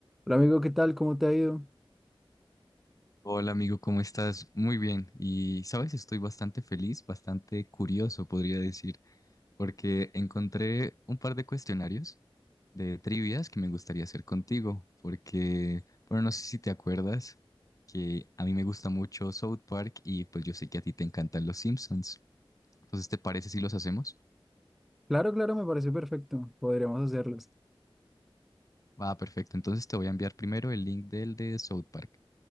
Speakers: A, in the centre; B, on the left.
A: Hola amigo, ¿qué tal? ¿Cómo te ha ido?
B: Hola amigo, ¿cómo estás? Muy bien. Y sabes, estoy bastante feliz, bastante curioso, podría decir, porque encontré un par de cuestionarios de trivias que me gustaría hacer contigo, porque, bueno, no sé si te acuerdas que a mí me gusta mucho South Park y pues yo sé que a ti te encantan los Simpsons. Entonces, ¿te parece si los hacemos?
A: Claro, claro, me parece perfecto. Podríamos hacerlos.
B: Va, perfecto. Entonces te voy a enviar primero el link del de South Park.